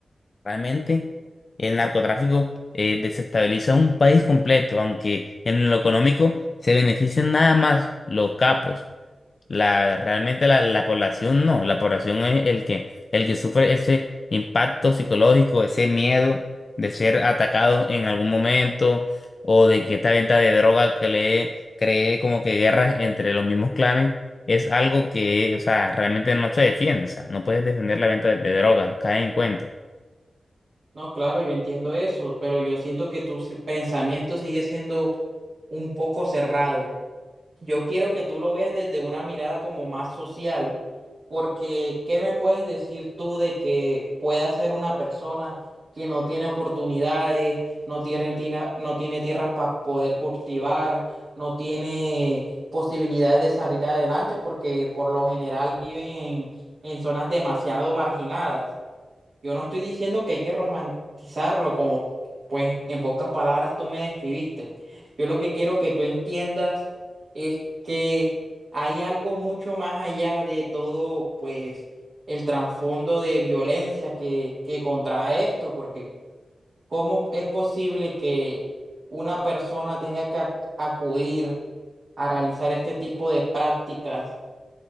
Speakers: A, on the left; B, on the right.
A: realmente el narcotráfico eh, desestabiliza un país completo, aunque en lo económico se benefician nada más los capos. La, realmente la, la población no, la población es el que, el que sufre ese impacto psicológico, ese miedo de ser atacado en algún momento o de que esta venta de droga que le cree como que guerras entre los mismos clanes es algo que, o sea, realmente no se defiende, o sea, no puedes defender la venta de, de droga, cae en cuenta.
B: No, claro, yo entiendo eso, pero yo siento que tu si- pensamiento sigue siendo un poco cerrado. Yo quiero que tú lo veas desde una mirada como más social, porque ¿qué me puedes decir tú de que pueda ser una persona que no tiene oportunidades, no tiene, tiene- no tiene tierras para poder cultivar, no tiene posibilidades de salir adelante, porque por lo general viven en en zonas demasiado marginadas? Yo no estoy diciendo que hay que romantizarlo como, pues, en pocas palabras tú me describiste. Yo lo que quiero que tú entiendas es que hay algo mucho más allá de todo, pues, el trasfondo de violencia que, que contrae esto, porque ¿cómo es posible que una persona tenga que a- acudir a realizar este tipo de prácticas?